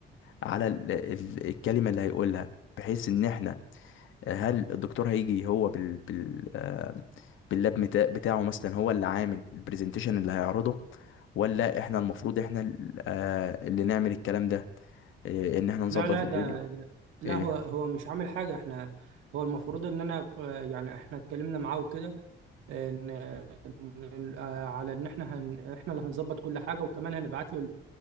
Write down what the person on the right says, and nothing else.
لا لا
ده, ده لا
هو هو مش عامل حاجة احنا هو المفروض ان انا آه، يعني احنا اتكلمنا معاه وكده ان إن- آه، على ان احنا هن احنا اللي هنظبط كل حاجة وكمان هنبعت له